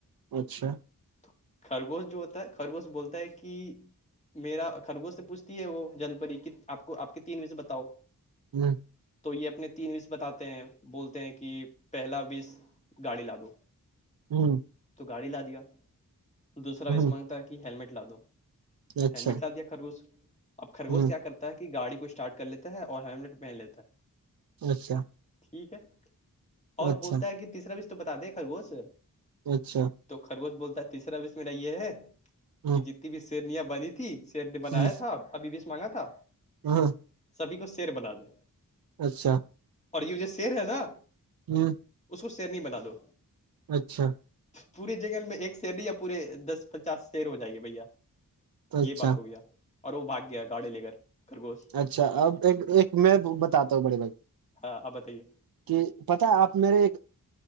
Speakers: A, on the right; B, on the left.
A: اچھا
B: تو خرگوش جو ہوتا ہے خرگوش بولتا ہے کہ میرا خرگو سے پوچھتی ہے وہ جل پری کہ آپ کو آپ کے تین وجزے بتاؤ
A: جی
B: تو یہ اپنے تین وس بتاتے ہیں بولتے ہیں کہ پہلا وس گاڑی ل دو
A: ہوں
B: تو گاڑی لا دیا دوسرا اس
A: ہ
B: مانگتا ہے کہ ہیللمٹ لا دو
A: اچھا
B: ہیلمٹ لا دیا خرگوز اب خرگوز
A: ہ
B: کیا کرتا ہے کہ گاڑی کچ چارٹ کر لیتا ہے اور ہیملٹ پہن لیتا ہے
A: اچھا
B: ٹھیک ہے اور
A: اچھا
B: بولتا ہے کہ تیسرا بھیش تو بتا دے خرگوش
A: اچھا
B: تو خرگوش بولتا تیسرا وش میرا یہ ہے
A: ہ
B: کہ جتنی بھی سیرنیاں بنی تھی بنایا
A: ہ
B: تھا ابھی بیس مانگا تھا
A: ہ
B: سبھی کو سیر بنا دے
A: اچھا
B: اور یہ جو شیر ہے نا
A: ہوں
B: اس کو سیر نہیں بنا دو
A: اچھا
B: پورے جنگن میں ایک سیر یا پورے دس پچاس سیر ہو جائے گے بھیا
A: اچھا
B: یہ بات ہو گیا اور وہ بھاگ گیا گاڑی لے کر خرگوش سے
A: اچھا اب ایک ایک میں بتاتا ہوں بڑے بھائی
B: ہاں آپ بتائیے
A: کہ پت آپ میرے